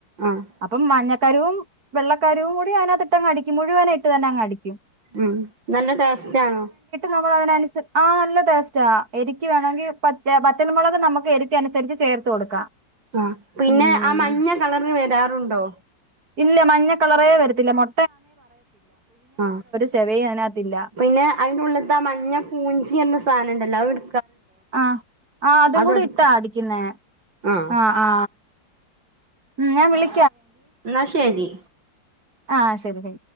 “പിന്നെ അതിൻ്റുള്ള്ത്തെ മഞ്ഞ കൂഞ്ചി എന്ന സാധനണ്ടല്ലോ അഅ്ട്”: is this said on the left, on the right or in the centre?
Right